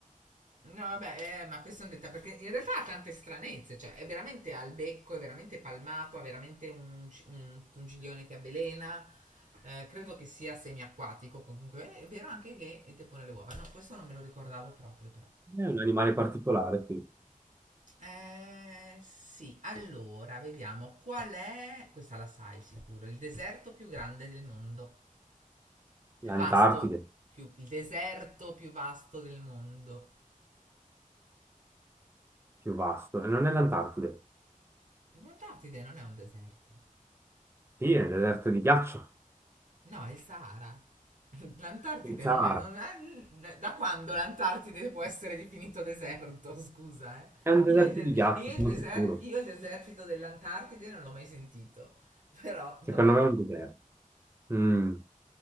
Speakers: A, on the right (about 60°); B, on the right (about 15°).
A: No, vabbè, eh, ma questo è un dettaglio, perché in realtà ha tante stranezze, cioè è veramente al becco, è veramente palmato, ha veramente un, c- un pungiglione che avvelena, eh, credo che sia semiacquatico, comunque eh, è vero anche che depone le uova, no, questo non me lo ricordavo proprio però.
B: È un animale particolare qui.
A: Eh, sì, allora, vediamo, qual è, questa la sai sicuro, il deserto più grande del mondo, più
B: L'Antartide,
A: vasto, più, il deserto più vasto del mondo.
B: più vasto. E non è l'Antartide.
A: Non darti idea, non è un deserto,
B: Sì, è un deserto di ghiaccio.
A: No, è il Sahara. <laughs> L'Antartide
B: Il Sahara.
A: non è, non è- Da quando l'Antartide può essere definito deserto? <laughs> Scusa, eh.
B: È un deserto
A: Io il, de-
B: di ghiaccio,
A: io
B: sono
A: il deser-
B: sicuro.
A: io il desertito dell'Antartide non l'ho mai sentito. Però,
B: Secondo
A: vabbè.
B: me è un deserto. Mm,